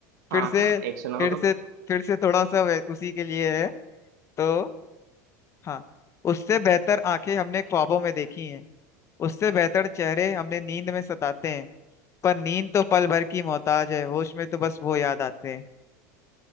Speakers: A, on the left; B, on the right.
A: फिर
B: हाँ
A: से
B: हाँ एक सुनाओ
A: फिर
B: तो
A: से फिर से थोड़ा सा वै- उसी के लिए है तो हाँ उससे बेहतर आंखें हमने ख्वाबों में देखी हैं उससे बेहतर चेहरे हमने नींद में सताते हैं पर नींद तो पल भर की मोहताज है होश में तो बस वो याद आते हैं